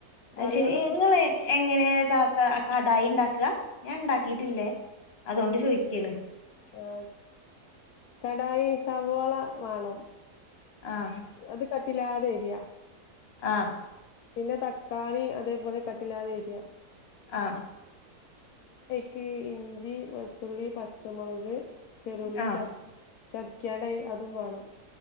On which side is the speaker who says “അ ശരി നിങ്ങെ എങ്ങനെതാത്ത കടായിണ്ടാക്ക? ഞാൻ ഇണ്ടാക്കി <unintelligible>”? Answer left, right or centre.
Left